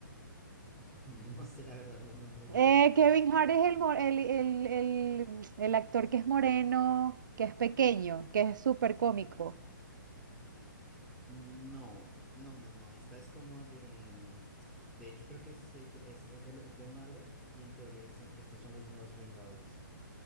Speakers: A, in the centre; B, on the right (about 65°).
A: <laughs> No sé la verdad los nombres de
B: Eh,
A: los actores.
B: Kevin Hart es el, mo- el, el, el, el actor que es moreno, que es pequeño, que es súper cómico.
A: No, no, no, no. Esta es como de. mm, De hecho, creo que es, ella- es, es de, lo- es de Marvel y en teoría dicen que estos son los nuevos Vengadores.